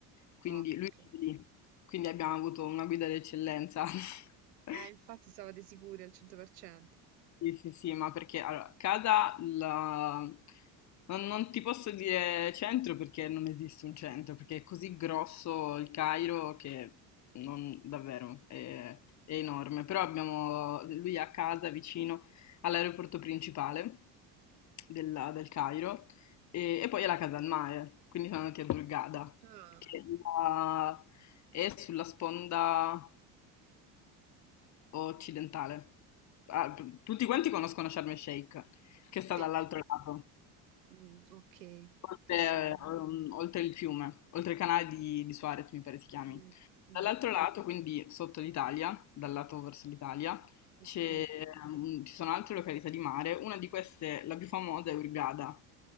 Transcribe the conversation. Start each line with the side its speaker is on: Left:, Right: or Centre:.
Left: quindi
Right: Ah,
Left: lui
Right: ok.
Left: è lì, quindi abbiamo avuto una guida d'eccellenza. <laughs>
Right: Eh, infatti stavate sicuri al 100%.
Left: Sì, sì, sì, ma perché allora, casa la- non, non ti posso dire centro perché non esiste un centro, perché è così grosso il Cairo che non, davvero è, è enorme. Però abbiamo lui a casa vicino all'aeroporto principale della- del Cairo e, e poi è la casa al mare, quindi siamo andati a Hurghada,
Right: Ah,
Left: che è la- è sulla sponda occidentale. Ah, p- tutti quanti conoscono Sharm el Sheikh, che sta
Right: Sì.
Left: dall'altro lato.
Right: Mm, ok,
Left: Oltre,
Right: passivo.
Left: ehm, oltre il fiume, oltre il canale di, di Suarez, mi pare si chiami.
Right: Mm, mm,
Left: Dall'altro lato, quindi sotto l'Italia, dal lato verso l'Italia,
Right: ok.
Left: c'è, ehm, ci sono altre località di mare. Una di queste, la più famosa, è Hurghada.